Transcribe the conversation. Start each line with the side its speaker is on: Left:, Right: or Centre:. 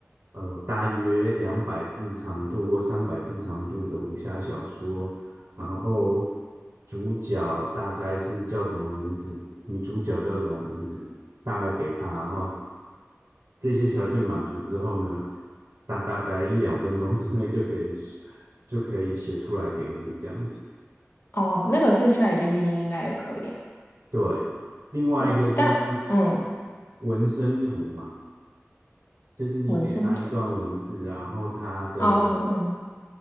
Right: 呃大约两百字长度或三百字长度的武侠小说，然后主角大概是叫什么名字，女主角叫什么名字，大概给他，然后这些条件满足之后呢，大大概一两分钟之内就可以就可以写出来给你这样子。
Left: 哦，那个是 ChatGPT 应该也可以啊。
Right: 对，另外一个就是
Left: 对，但嗯，
Right: 纹身图嘛，就是你给他一段文字，
Left: 纹身图
Right: 然后他的
Left: 哦，嗯，